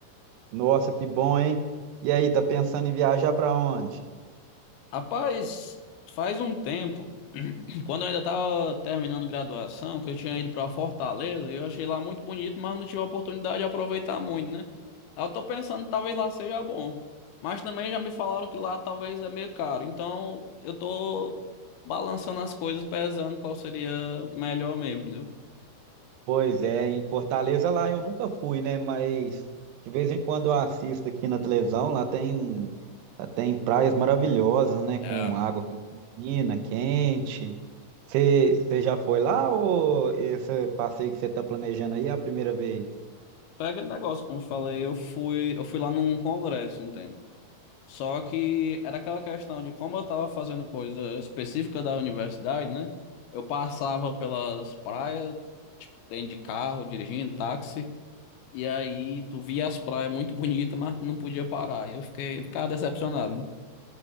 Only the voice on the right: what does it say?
Nossa, que bom, hein? E aí, tá pensando em viajar para onde?
Pois é, em Fortaleza lá eu nunca fui, né? Mas de vez em quando eu assisto aqui na televisão, lá tem, lá tem praias maravilhosas, né? Com
água cristalina, quente. Você já foi lá ou esse passeio que você está planejando aí é a primeira vez?